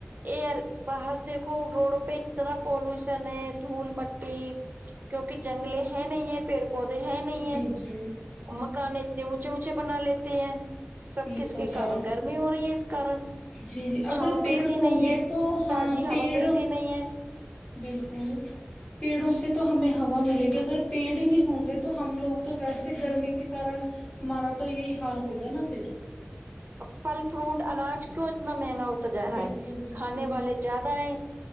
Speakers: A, on the right; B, on the left.
A: ایئر باہر دیکھو روڑ پہ اتنا پولوشن ہے دھول مٹی کیونکہ جنگلے ہیں نہیں ہیں پیڑ پودے ہیں نہیں
B: جی
A: ہیں
B: جی
A: مکان اتنی اونچے اونچے بنا لیتے ہیں سب
B: یہ
A: کس
B: تو
A: کے
B: ہے
A: کارن گرمی ہو رہی ہے اس کارن
B: جی جی اگر
A: چھاؤ
B: پیڑ
A: ملتی
B: ہوں
A: نہیں
B: گے
A: ہے
B: تو ہاں
A: تازی
B: پیڑ
A: ہوا ملتی نہیں ہے
B: بالکل پیڑوں سے تو ہمیں ہوا ملے گی اگر پیڑ ہی نہیں ہوں گے تو ہم لوگ تو ویسے گرمی کی طرح ہمارا تو یہ ہی حال ہوگا نا پھر
A: پھل فروٹ اناج کیوں اتنا مہنگا ہوتا جا رہا
B: بالکل
A: ہے
B: بالکل
A: کھانے والے زیادہ ہیں